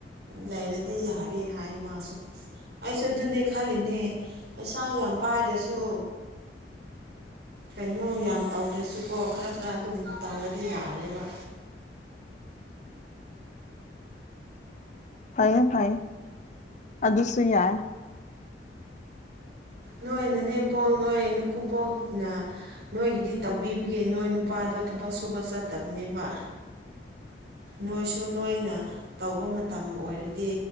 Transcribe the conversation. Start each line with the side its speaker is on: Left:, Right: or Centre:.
Right: ꯂꯩꯔꯗꯤ ꯌꯥꯔꯦ ꯍꯥꯏ ꯃꯥꯁꯨ ꯑꯩꯁꯨ ꯑꯗꯨꯅꯦ ꯈꯜꯂꯤꯅꯦ ꯄꯩꯁꯥ ꯌꯥꯝ ꯄꯥꯏꯔꯁꯨ ꯀꯩꯅꯣ ꯌꯥꯝ ꯇꯧꯗ꯭ꯔꯁꯨꯀꯣ ꯈꯔ ꯈꯔ ꯑꯗꯨꯝ ꯇꯧꯔꯗꯤ ꯌꯥꯔꯦꯕ
Left: ꯐꯩꯌꯦ ꯐꯩꯌꯦ ꯑꯗꯨꯁꯨ ꯌꯥꯏ
Right: ꯅꯣꯏ ꯅꯅꯦꯝꯄꯣꯛ ꯅꯣꯏ ꯅꯀꯨꯕꯣꯛꯅ ꯅꯣꯏꯒꯤꯗꯤ ꯇꯧꯕꯤꯕꯒꯦ ꯅꯣꯏ ꯅꯨꯄꯥꯗꯣ ꯊꯕꯛ ꯁꯨꯕ ꯆꯠꯇꯕꯅꯦꯕ ꯅꯣꯏꯁꯨ ꯅꯣꯏꯅ ꯇꯧꯕ ꯃꯇꯝ ꯑꯣꯏꯔꯗꯤ